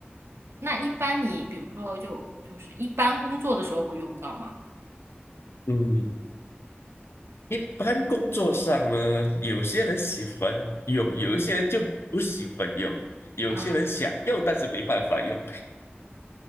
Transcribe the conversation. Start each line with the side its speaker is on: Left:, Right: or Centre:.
Right: 那一般你比如说就就是一般工作的时候会用到吗？
Left: 嗯，一般工作上呢，有些人喜欢用，有一些人就不喜欢用，有些人想用但是没办法用。
Right: 啊。